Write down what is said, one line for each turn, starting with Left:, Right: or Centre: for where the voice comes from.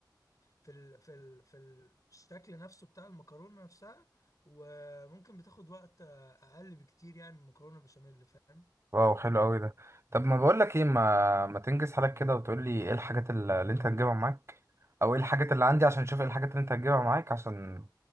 Left: في ال في ال في الشكل نفسه بتاع المكرونة نفسها وممكن بتاخد وقت أقل بكتير يعني من المكرونة البشاميل فاهم
Right: واو حلو قوي ده طب ما بقول لك ايه ما ما تنجز حالك كده وتقول لي ايه الحاجات اللي اللي انت هتجيبها معاك او ايه الحاجات اللي عندي عشان اشوف ايه الحاجات اللي انت هتجيبها معاك عشان